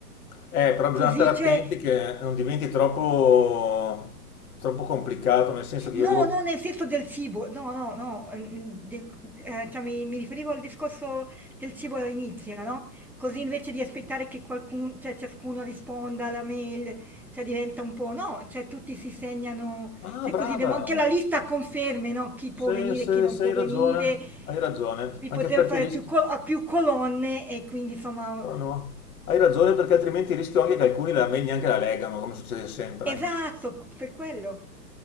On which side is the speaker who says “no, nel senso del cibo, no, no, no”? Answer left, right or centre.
Centre